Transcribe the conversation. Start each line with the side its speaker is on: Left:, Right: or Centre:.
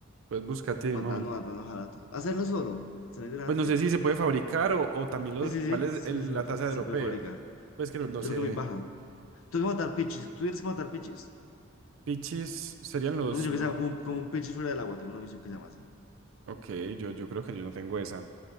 Right: Pues búscate ahí
Left: Matando,
Right: un momento.
Left: matando jalatos. Hacerlo solo. Salir delante.
Right: Pues no sé si se puede fabricar o, o también lo,
Left: Sí, sí,
Right: cuál es
Left: sí, sí,
Right: el-
Left: se, me
Right: la
Left: fa-
Right: tasa
Left: se
Right: de dropeo.
Left: puede fabricar.
Right: Pues que no, no
Left: Yo
Right: sé.
Left: creo que me baja. Tengo que matar pichis. ¿Tú tienes que matar pichis?
Right: Pichis serían los,
Left: Una misión
Right: los...
Left: que se llama como, como un pichis fuera del agua. Tengo una misión que se llama así.
Right: Ok, yo, yo creo que yo no tengo esa.